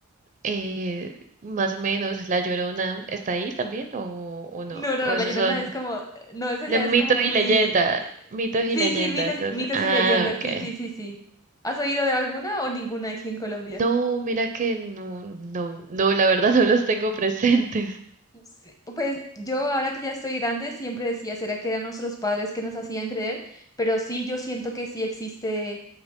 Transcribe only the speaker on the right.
Eh, más o menos, ¿La Llorona está ahí también o, o no?
¿O
esos
son
le- mitos
y leyenda?
Mitos y
leyendas.
esas-
Ah,
ok.
No, mira que no, no, no, la verdad no los tengo <laughs> presentes.